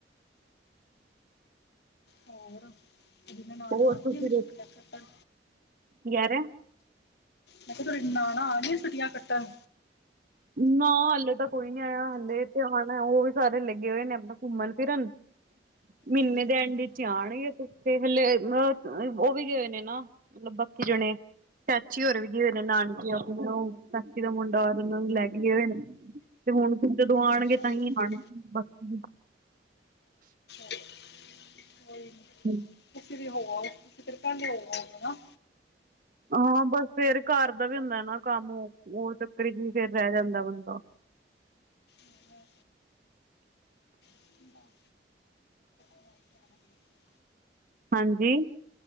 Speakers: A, on the left; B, on the right.
A: ਹੋਰ ਕਦੀ ਮੈਂ ਨਾਨਾ
B: ਹੋਰ
A: ਆ
B: ਤੁਸੀ,
A: ਗਈ ਮੈਂ ਛੁੱਟੀਆਂ ਕੱਟਣ
B: ਯਾਰ
A: ਮੈਂ ਕਿਹਾ ਤੁਹਾਡੀਆਂ ਨਾਣਾ ਆ ਗਈਆਂ ਛੁੱਟੀਆਂ ਕੱਟਣ?
B: ਨਾ ਹਲੇ ਤਾਂ ਕੋਈ ਨੀ ਆਇਆ। ਹਲੇ ਤੇ ਆਣਾ ਉਹ ਵੀ ਸਾਰੇ ਲੱਗੇ ਹੋਏ ਨੇ ਆਪਣਾ ਘੁੰਮਣ ਫਿਰਨ, ਮਹੀਨੇ
A: ਅੱਛਾ
B: ਦੇ
A: ਅੱਛਾ
B: ਐਂਡ ਵਿਚ ਆਣਗੇ, ਤੇ ਹਲੇ ਆ ਉਹ ਵੀ ਗਏ ਹੋਏ ਨੇ ਨਾ ਮਤਲਬ ਬਾਕੀ ਜਣੇ। ਚਾਚੀ ਹੋਰ ਵੀ ਗਏ ਹੋਏ ਨੇ ਨਾਨਕੇ ਆਪਣੇ ਉਹ ਚਾਚੀ ਦਾ ਮੁੰਡਾ ਔਰ ਉਹਨਾਂ ਨੂੰ ਲੈ ਕੇ ਗਏ ਹੋਏ ਨੇ, ਤੇ ਹੁਣ ਫਿਰ ਜਦੋਂ ਆਉਣਗੇ,
A: ਅੱਛਾ
B: ਤਾਂਹੀ
A: ਅੱਛਾ
B: ਆਉਣਗੇ ਬਾਕੀ ਬੀ।
A: ਚਲੋ ਕੋਈ ਨੀ
B: ਹੂੰ
A: ਤੁਸੀਂ ਵੀ ਹੋ ਆਓ, ਤੁਸੀਂ ਫਰੇ ਪਹੈਲੇ ਹੋ ਆੳ ਨਾ।
B: ਹਾਂ ਬਸ ਫੇਰ ਘਰ ਦਾ ਵੀ ਹੁੰਦਾ ਨਾ ਕੰਮ, ਉਹ ਚੱਕਰ ਚ ਫਰ ਰਹਿ ਜਾਂਦਾ ਬੰਦਾ।
A: ਜਨਾਨੀਆਂ ਦੀ ਦੇਖੋ ਲਾਈ ਤਾਂ ਐਵੇਂ ਹੀ ਹੈ।
B: ਹਾਂਜੀ